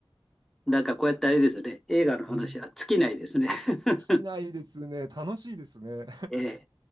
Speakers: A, in the centre; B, on the right.
A: なんかこうやってあれですね、映画の話は尽きないですね。
B: うん。
A: <laughs>
B: 尽きないですね。楽しいですね。
A: えー